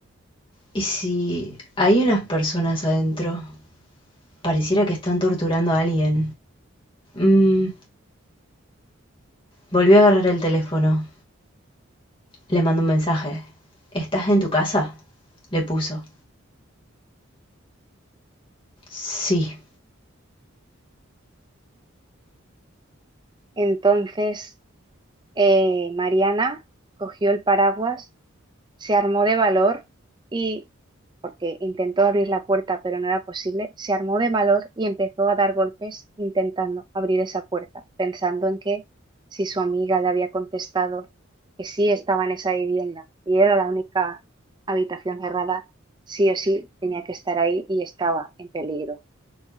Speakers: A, on the left; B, on the right.
A: ¿y si hay unas personas adentro? Pareciera que están torturando a alguien. Mm, volvió a agarrar el teléfono. Le mandó un mensaje. ¿Estás en tu casa? Le puso. Sí.
B: Entonces, eh, Mariana cogió el paraguas se armó de valor y, porque intentó abrir la puerta pero no era posible, se armó de valor y empezó a dar golpes intentando abrir esa puerta, pensando en que si su amiga le había contestado que sí estaba en esa vivienda y era la única habitación cerrada, sí o sí tenía que estar ahí y estaba en peligro.